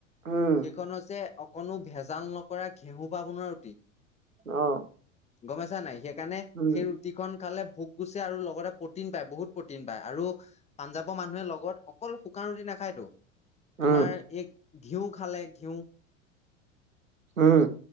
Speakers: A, on the right; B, on the left.
A: উম
B: সেইখন হৈছে অকণো ভেজাল নকৰা ঘেঁহু বনুৱা ৰুটি।
A: অ।
B: গমোছা নাই সেইকাৰণে
A: উম,
B: সেই ৰুটিখন খালে ভোক গুচছে আৰু লগতে প্ৰটিন পায় বহুত প্ৰটিন পায় আৰু পাঞ্জাৱৰ মানুহে লগত অকল শুকান ৰুটি নাখায়তো তোমাৰ
A: উম,
B: এই ঘিউ খালে ঘিউ।
A: উম।